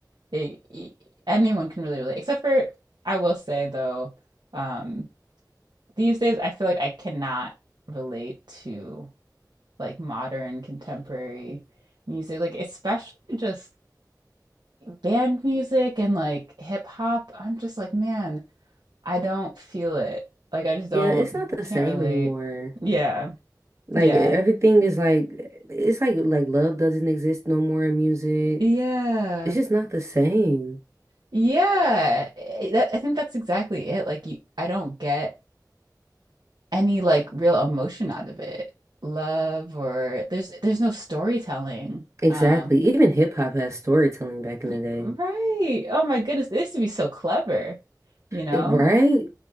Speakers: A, on the right; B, on the right.
A: They e- anyone can really relate, except for I will say though, um, these days I feel like I cannot relate to like modern contemporary music, like especially just band music and like hip hop. I'm just like, man, I don't feel it. Like I just
B: Yeah,
A: don't,
B: it's not the
A: can't
B: same
A: relate.
B: anymore.
A: Yeah,
B: Like
A: yeah,
B: e, everything is like it's like like love doesn't exist no more in music.
A: yeah.
B: It's just not the same.
A: Yeah, I that- I think that's exactly it. Like you, I don't get any like real emotion out of it. Love or there's there's no storytelling.
B: Exactly.
A: Um,
B: Even hip hop has storytelling back in
A: y-
B: the day.
A: right. Oh my goodness, they used to be so clever, you know?
B: Right?